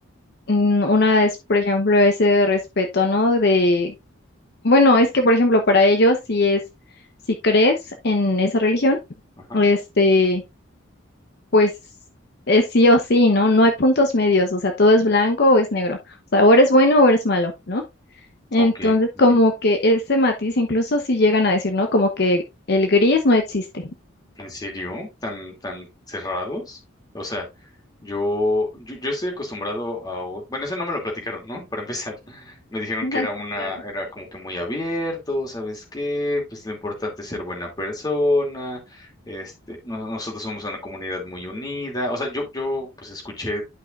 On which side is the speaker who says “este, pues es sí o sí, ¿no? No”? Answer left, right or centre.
Left